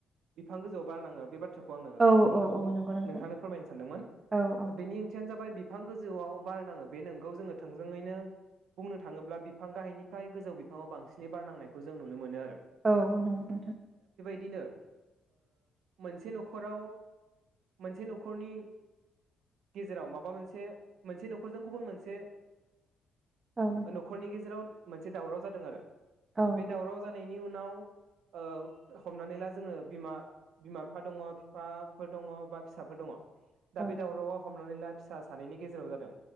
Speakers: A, on the right; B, on the right.
A: बिफां गोजौआव बारनाङो बेबादि <unintelligible> आंङो
B: औ
A: नोंथांखौ
B: औ औ
A: बु
B: नंगौ नोंथां
A: नोंथांनो फोरमायनो सानदोंमोन
B: औ औ
A: बेनि ओंथियानो जाबाय बि बिफां गोजौआव बार नाङो बे नोंगौ जोङो थोंजोङैनो बुंनो थाङोब्ला बिफां गाहायनिफ्राय गोजौ बिफाङाव बांसिनै बारनांनायखौ जों नुनो मोनो आरो
B: औ नंगौ नोंथां
A: बिदिनो मोनसे नखराव मोनसे नखरनि गेजेराव माबा मोनसे मोनसे नखरजों गुबुन मोनसे
B: औ
A: नखरनि गेजेराव मोनसे दावराव जादों आरो
B: औ
A: बे दावराव जानायनि नि उनाव हमनानै ला जोङो बिमा बिमा बिफा दङ बिफाफोर दङ बा फिसाफोर दङ दा
B: औ
A: बे दावरावा हम हनानै ला फिसा सानैनि गेजेराव जादों